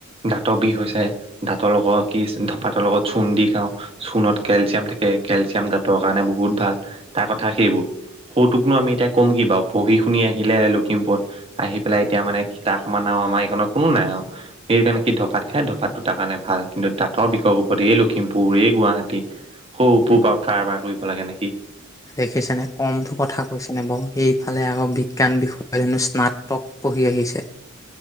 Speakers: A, on the right; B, on the left.
A: দাঁতৰ বিষ হৈছে দাঁতৰ লগত কি ধাপাতৰ লগত চূণ দি খাওঁ চোণত কেলচিয়াম থাকে কেলচিয়াম দাঁতৰ কাৰণে বহুত ভাল তাৰ কথা সেইবোৰ সৌতোকনো আমি এতিয়া কম কি বাৰু পঢ়ি শুনি আহিলে লখিমপুৰত আহি পেলাই এতিয়া মানে সিতাৰ সমান আৰু আমাৰ এইখনত কোনো নাই আৰু সেইকাৰণে কি ধপাত খাই ধপাতটো তাৰ কাৰণে ভাল কিন্ত দাঁতৰ বিষত <unintelligible> এই লখিমপুৰ, এই গুৱাহাটী <unintelligible>
B: উম
A: কাৰবাৰ কৰিব লাগে নে সি?
B: দেখিছেনে কমটো কথা কৈছেনে বাৰু এইফালে আকৌ বিজ্ঞান বিষয়ে হহনো স্নাতক পঢ়ি আহিছে